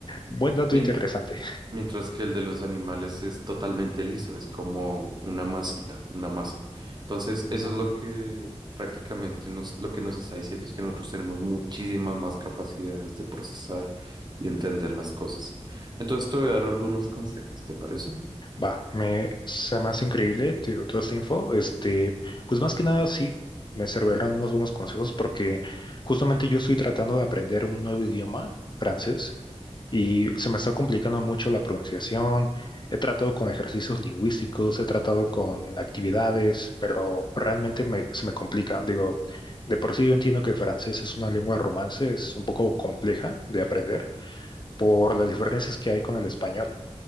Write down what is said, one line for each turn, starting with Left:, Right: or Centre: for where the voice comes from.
Left: Buen dato
Right: mien-
Left: interesante.
Right: Mientras que el de los animales es totalmente liso, es como una masita, una masa. Entonces,
Left: Mm.
Right: eso es lo que prácticamente nos, lo que nos está diciendo es que nosotros tenemos muchísimas más capacidades de procesar y entender las cosas. Entonces, te voy a dar algunos consejos, ¿te parece?
Left: Va, me se me hace increíble, te digo, toda esta info. Este, pues más que nada sí, me servirán unos buenos consejos porque justamente yo estoy tratando de aprender un nuevo idioma, francés, y se me está complicando mucho la pronunciación. He tratado con ejercicios lingüísticos, he tratado con actividades, pero realmente me- se me complica. Digo, de por sí yo entiendo que el francés es una lengua romance, es un poco compleja de aprender por las diferencias que hay con el español